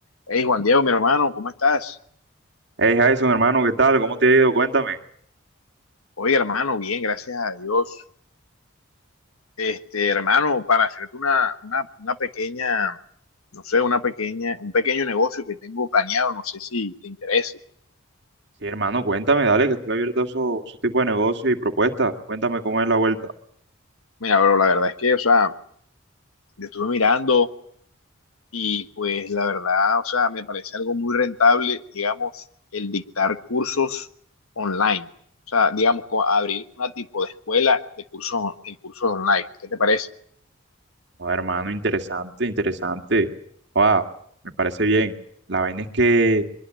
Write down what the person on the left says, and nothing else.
Hey, Juan Diego, mi hermano, ¿cómo estás?
Oye, hermano, bien, gracias a Dios. Este, hermano, para hacerte una, una, una pequeña, no sé, una pequeña, un pequeño negocio que tengo planeado, no sé si te interese.
Mira, pero la verdad es que, o sea, yo estuve mirando y pues la verdad, o sea, me parece algo muy rentable, digamos, el dictar cursos online. O sea, digamos, co- abrir una tipo de escuela de cursos, en cursos online. ¿Qué te parece?